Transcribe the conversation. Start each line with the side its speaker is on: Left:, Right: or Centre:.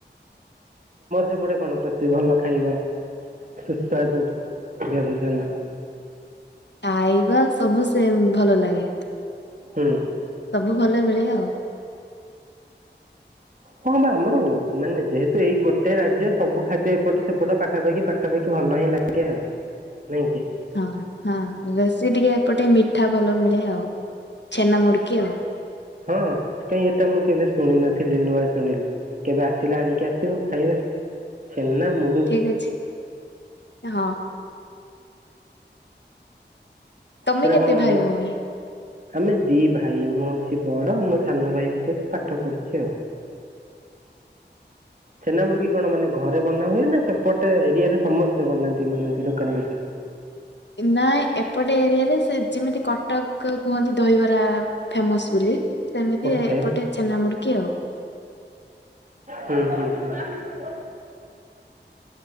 Right: ସେପଟେ କଣ ପ୍ରଶିବ ଭଲ ଖାଇବା? ସୁସ୍ସାଦୁ ବ୍ୟଞ୍ଜନ
Left: ଖାଇବା ସବୁ ସେମ ଭଲ ଲାଗେ।
Right: ହୁଁ
Left: ସବୁ ଭଲ ମିଳେ ଆଉ।
Right: ହଁ ବା ଆମର ମାନେ ଯେହେତୁ ଏଇ ଗୋଟେ ରାଜ୍ୟ ସବୁ ଖାଦ୍ୟ ଏପଟୁ ସେପଟ ପାଖାପାଖି ପାଖାପାଖି ଭଲ ହିଁ ଲାଗେ। ଆଜ୍ଞା ନାଇଁକି?
Left: ହଁ ହଁ ବେଶି ଟିକେ ହେପଟେ ମିଠା ଭଲ ମିଳେ ଆଉ ଛେନା ମୁଡକି ଆଉ।
Right: ହଁ କାଇଁ ଏଟା ମୁଁ କେବେ ଶୁଣି ନଥିଲି ନୁଆ ଶୁଣିଲି। କେବେ ଆସିଲେ ଆଣିକି ଆସିବ ଖାଇବା ଛେନା ମୁ
Left: ଠିକ ଅଛି ହଁ ତମେ
Right: ସେରା
Left: କେତେ
Right: କଣ ମାନେ
Left: ଭାଇ ଭଉଣୀ?
Right: ଆମେ ଦି ଭାଇ ମୁଁ ହଉଛି ବଡ ମୋ ସାନ ଭାଇ ଗୋଟେ ଅଛି ପାଠ ପଢୁଛି ଆଉ। ଛେନାମୁଡିକି କଣ ମାନେ ଘରେ ବନା ହୁଏ ନା ସେପଟେ ଏରିଆରେ ସମସ୍ତେ ବନାନ୍ତି ମାନ ଦୋକାନ ରେ। ଆ୍ା <inaudible>
Left: ନାାଇ ଏପଟେ ଏରିଆରେ ସେ ଯେମିତି କଟକ କୁହନ୍ତି ଦହିବରା ଫେମସ ବୋଲି ସେମିତି
Right: ଓକେ
Left: ଏପଟେ ଛେନା ମୁୁଡିକି ଆଉ।
Right: ହୁଁ ହୁଁ ହୁଁ।